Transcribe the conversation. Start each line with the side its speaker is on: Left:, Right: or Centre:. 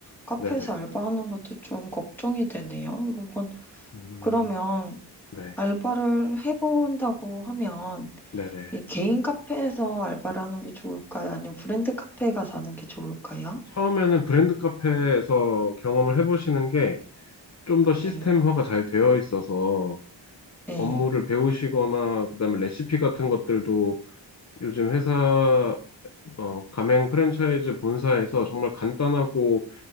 Centre: 카페에서
Left: 네네.
Centre: 알바하는 것도 좀 걱정이 되네요. 이런 건
Left: 음,
Centre: 그러면
Left: 네.
Centre: 알바를 해본다고 하면
Left: 네네.
Centre: 이 개인 카페에서 알바를 하는 게 좋을까요? 아니면 브랜드 카페에 가서 하는 게 좋을까요?
Left: 처음에는 브랜드 카페에서 경험을 해보시는 게 좀 더 시스템화가
Centre: 네,
Left: 잘 되어 있어서
Centre: 네.
Left: 업무를 배우시거나 그다음에 레시피 같은 것들도 요즘 회사 어, 가맹 프랜차이즈 본사에서 정말 간단하고